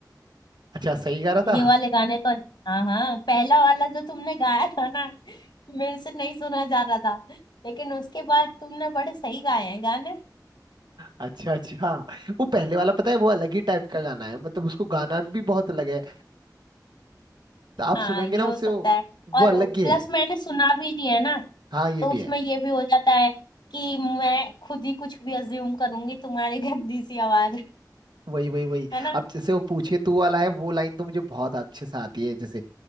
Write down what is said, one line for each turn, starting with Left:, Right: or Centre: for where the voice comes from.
Right: अच्छा सही गा रहा
Left: ये
Right: था
Left: वाले गाने तो हाँ हाँ पहला वाला जो तुमने गाया था ना मेरे से नहीं सुना जा रहा था लेकिन उसके बाद तुमने बड़े सही गाए हैं गाने
Right: अच्छा अच्छा वो पहले वाला पता है वो अलग ही टाइप का गाना है मतलब उसको गाना भी बहुत अलग है तो आप
Left: हाँ
Right: सुनेंगे
Left: ये
Right: ना
Left: हो
Right: उसे
Left: सकता
Right: वो,
Left: है
Right: वो
Left: और
Right: अलग ही
Left: प्लस
Right: है
Left: मैंने सुना भी नहीं है ना
Right: हाँ ये
Left: तो उसमें
Right: भी है
Left: ये भी हो जाता है कि मैं खुद ही कुछ भी अज्यूम करूंगी तुम्हारी <laughs> गंदी सी आवाज
Right: वही वही वही
Left: है ना
Right: अब जैसे वो पूछे तू वाला है वो लाइन तो मुझे बहुत अच्छे से आती है जैसे